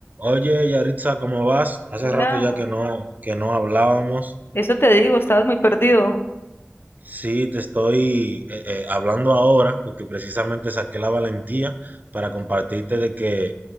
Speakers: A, on the right (about 40°); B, on the left (about 55°).
A: Oye, Yaritza, ¿cómo vas? Hace
B: Hola,
A: rato ya que no, que no hablábamos.
B: eso te digo, estabas muy perdido.
A: Sí, te estoy eh, eh, hablando ahora porque precisamente saqué la valentía para compartirte de que